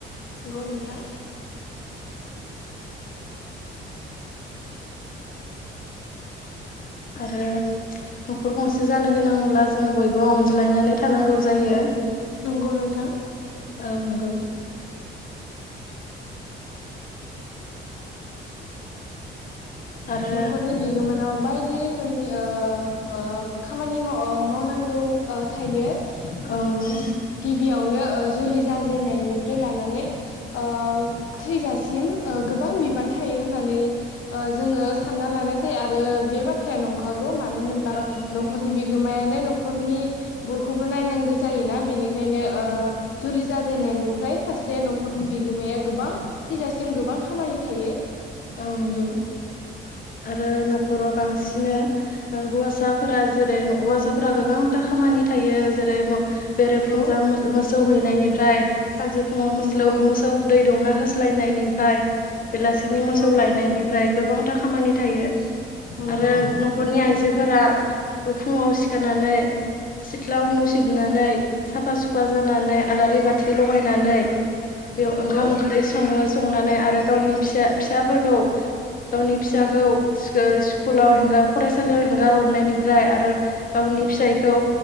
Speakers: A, on the left; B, on the left.
A: नंगौ नोंथां।
B: आरो न'खर गंसे जानो गोनांब्ला जों बयबो अनज्लायनानै थानांगौ जायो।
A: नंगौ नोंथां।
B: औ नंगौ। आरो
A: नखरनि बिगोमोनाव बायदि रोखोमनि ओ ओ खामानि माव-मावनांगौ ओ थायो।
B: औ
A: ओम
B: नंगौ
A: गिबियाव खौनो ओ जुलि जाजेननायनिफ्राय लानानै ओ थैजासिम ओ गोबां बिबान थायो होननानै ओ जोङो सानना लानाय जायो आरो बे बाथ्राया नंखा गौ मानो होनोब्ला
B: औ नंगौ
A: नखरनि बिगोमाया नै न'खरनि बयखौबो नायनांगो जायोना बेनि बेनो
B: औ
A: ओ
B: नंगौ
A: जुलि जाजेननायनिफ्राय सासे नखरनि बिगोमाया गोबां थैजासिम गोबां खामानि थायो।
B: औ नंगौ आरो न'खराव बांसिन ओ हौवासाफोरा जेरै हौवासाफोरा गोबांथा खामानि थायो जेरै मो बेरेफुंजा
A: नंगौ
B: मोसो मोसो सौहैनायनिफ्राय सानजुफुङाव मोस्लौ
A: नंगौ
B: मोसौ दै दौना हो स्लायनायनिफ्राय बेेलासिनि
A: नंगौ
B: मोसौ बेनिफ्राय गोबांथा खामानि थायो।
A: नंगौ
B: आरो नखरनि आइजोफोरा बो फुङाव सि खानानै सिथ्ला नु सिबनानै साफा सुफा जानानै आलारि बाथि लगायनानै बेयाव
A: नंगौ
B: ओंखाम ओंख्रि सङो संनानै आरो गावनि फिसा फिसाफोरखौ गावनि फिसाखौ स्को-स्कुलाव हेंगा फरायसालियाव हेंगार हर नायनि ओमफ्राय आरो गावनि फिसाइखौ